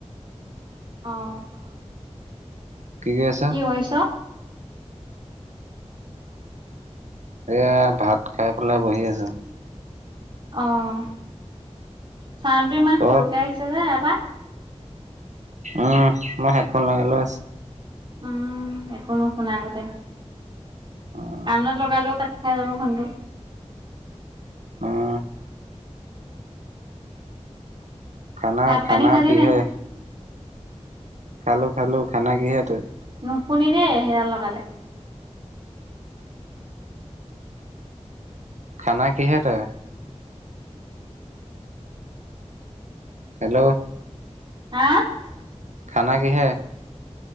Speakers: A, on the right; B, on the right.
A: অঁ।
B: কৰি আছ
A: কি কৰিছ?
B: এয়া ভাত খাই পেলাই বহি আছো।
A: অহ, চাউণ্ডটো ইমান
B: তই
A: সৰুকে আহিছে যে এয়াপা
B: অঁহ, মই হেডফোন লগাই লোৱা আছে।
A: উম একো নুশুনা কতে
B: উম
A: কাণত লগালেও খাই যাব ফোনটো।
B: অঁহ। খানা
A: ভাত
B: খানা
A: পানী খালি
B: কিহে?
A: নাই
B: খালো খালো। খানা কিহে তোৰ?
A: নুশুনে দেই হেডাল লগালে।
B: খানা কিহে তই? হেল্ল'!
A: হা?
B: খানা কিহে?